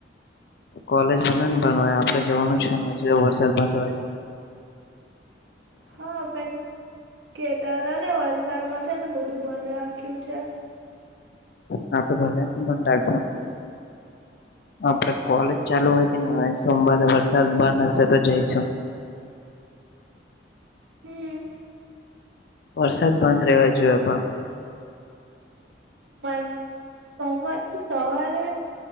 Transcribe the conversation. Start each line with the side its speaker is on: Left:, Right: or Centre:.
Left: કોલેજ ભલે ને બંધ હોય આપડે જવાનું છે ને હજ વરસાદ બંધ હોય તો.
Right: હા પણ કેતા હતા ને વલસાડમાં છે ને બધું બંધ રાખ્યું છે.
Left: ના તો ભલે બ રા. આપડે કોલેજ ચાલુ હોય કે નહી હોય સોમવારે વરસાદ બંધ હશે તો જઈશું.
Right: હમ.
Left: વરસાદ બંધ રહેવા જોએ પણ.
Right: મ સોમવારે તો સવારે.